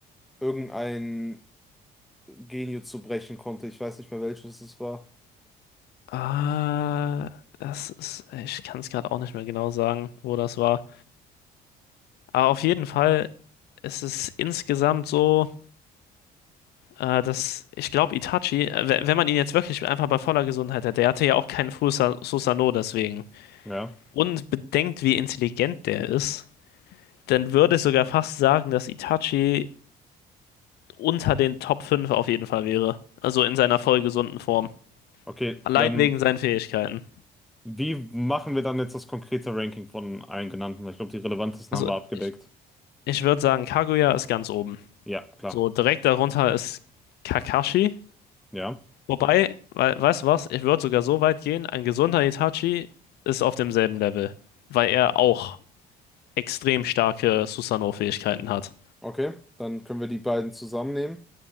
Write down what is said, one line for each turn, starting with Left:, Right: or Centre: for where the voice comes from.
Centre: irgendein Genjutsu brechen konnte. Ich weiß nicht mehr welches es war.
Left: äh, das ist, ich kann es gerade auch nicht mehr genau sagen, wo das war. Aber auf jeden Fall ist es insgesamt so. Äh, das, ich glaube, Itachi, äh, we- wenn man ihn jetzt wirklich einfach bei voller Gesundheit hätte, der hatte ja auch keinen Fusa- Susanoo deswegen.
Centre: Ja,
Left: Und bedenkt, wie intelligent der ist, dann würde ich sogar fast sagen, dass Itachi unter den Top 5 auf jeden Fall wäre. Also in seiner voll gesunden Form.
Centre: okay.
Left: Allein
Centre: Ähm,
Left: wegen seinen Fähigkeiten.
Centre: Wie machen wir dann jetzt das konkrete Ranking von allen genannten? Weil ich glaube, die relevantesten
Left: Also
Centre: haben wir abgedeckt.
Left: ich, ich würde sagen, Kaguya ist ganz oben.
Centre: Ja, klar.
Left: So direkt darunter ist Kakashi.
Centre: Ja.
Left: Wobei, wei- weißt du was? Ich würde sogar so weit gehen, ein gesunder Itachi ist auf demselben Level weil er auch extrem starke Susanoo-Fähigkeiten hat.
Centre: Okay, dann können wir die beiden zusammennehmen.